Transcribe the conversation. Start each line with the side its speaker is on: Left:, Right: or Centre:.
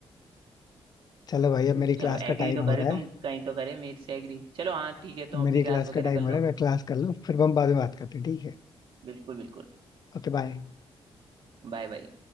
Left: चलो भाई अब मेरी
Right: चलो
Left: क्लास का
Right: एग्री
Left: टाइम
Right: तो करे
Left: हो रहा
Right: तुम
Left: है
Right: कहीं तो करे मेरे से एग्री चलो हाँ
Left: <laughs>
Right: ठीक है तुम अपनी
Left: मेरी
Right: क्लास
Left: क्लास
Right: वगैरह
Left: का टाइम
Right: कर
Left: हो
Right: लो
Left: रहा है मैं क्लास कर लूँ फिर हम बाद में बात करते हैं ठीक है
Right: बिल्कुल बिल्कुल
Left: Okay bye
Right: Bye bye